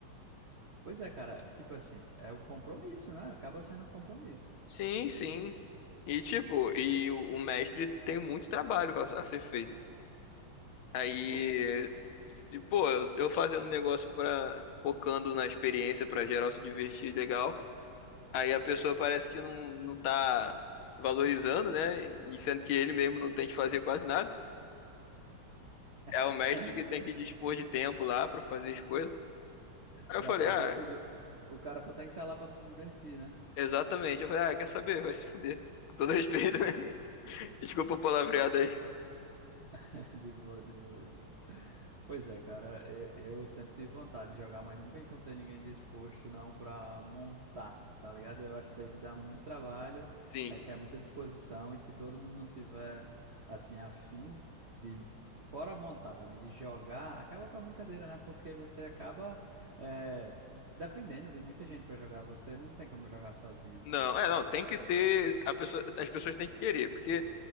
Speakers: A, on the right; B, on the left.
A: pois é, cara, tipo assim, é um compromisso, né? Acaba sendo um compromisso.
B: Sim, sim. E tipo, e o, o mestre tem muito trabalho a, a ser feito. Aí,
A: Pô, cara,
B: e, pô, eu eu fazendo negócio para focando na experiência pra geral se divertir legal. Aí a pessoa parece que não, não tá valorizando, né? E sendo que ele mesmo não tem que fazer quase nada. É o
A: <laughs>
B: mestre que tem que dispor de tempo lá pra fazer as coisas. Aí
A: pra
B: eu falei,
A: fazer
B: ah,
A: tudo, o cara só tem que estar lá pra se divertir, né?
B: exatamente. Eu falei, ah, quer saber? Vai se fuder. Com todo respeito, né? <laughs> Desculpa o palavreado aí.
A: <laughs> De boa, de boa. Pois é, cara, e- eu sempre tive vontade de jogar, mas nunca encontrei ninguém disposto não para montar, tá ligado? Eu acho isso aí que dá muito trabalho,
B: Sim.
A: requer muita disposição, e se todo mundo não tiver, assim, afim de, fora montar também, de jogar, acaba com a brincadeira, né? Porque você acaba, eh, dependendo de muita gente para jogar, você não tem como jogar sozinho.
B: Não, é, não, tem que ter. A pessoa, as pessoas têm que querer, porque